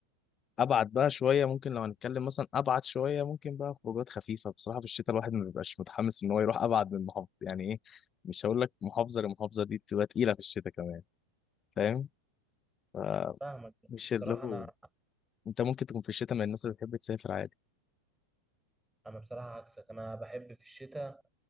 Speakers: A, on the left (about 25°); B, in the centre.
A: ابعد بقى شويه ممكن لو هنتكلم مثلا ابعد شويه ممكن بقى خروجات خفيفه بصراحه في الشتاء الواحد ما بيبقاش متحمس ان هو يروح ابعد من محافظه يعني ايه مش هقول لك محافظه لمحافظه دي بتبقى تقيله في الشتاء كمان فاهم فمش
B: فاهمك بس بصراحة
A: اللي هو
B: أنا
A: انت ممكن تكون في الشتاء من الناس اللي بتحب تسافر عادي
B: أنا بصراحة عكسك أنا بحب في الشتاء